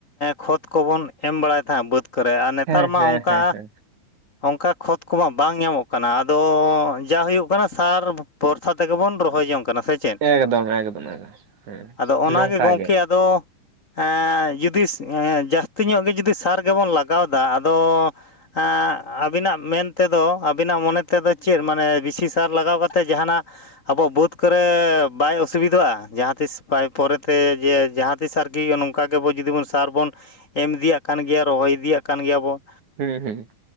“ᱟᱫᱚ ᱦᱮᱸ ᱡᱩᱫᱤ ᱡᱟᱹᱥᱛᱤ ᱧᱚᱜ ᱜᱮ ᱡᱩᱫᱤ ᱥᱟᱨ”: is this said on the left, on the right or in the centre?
Left